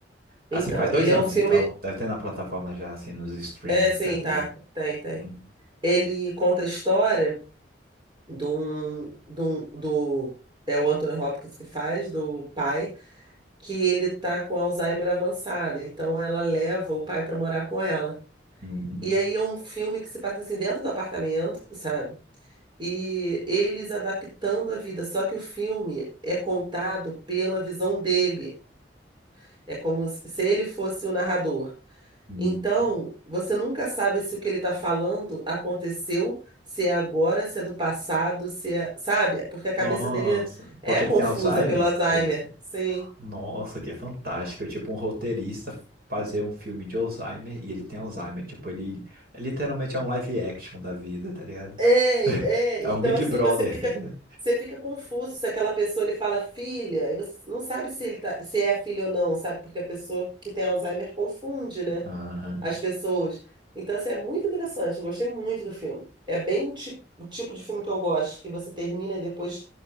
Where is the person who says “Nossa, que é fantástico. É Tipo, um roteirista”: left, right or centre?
Right